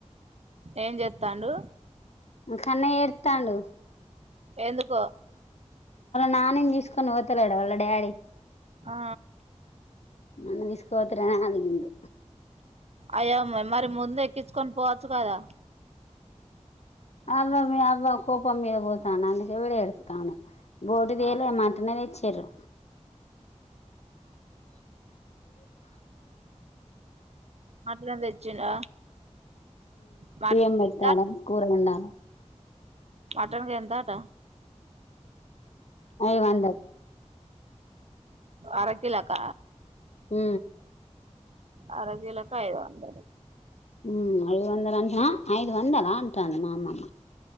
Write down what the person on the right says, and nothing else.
ఏం చెస్తాడు
ఎందుకు
ఆ
అయ్యో మరి ముందు ఎక్కించుకొని పోవచ్చు కదా
ఆ
ఆ తెచ్చిండా మటన్
ఎంత
మటన్కి ఎంత ఆట
అరకీలక
ఆరోగ్యలకు ఐదు వందలు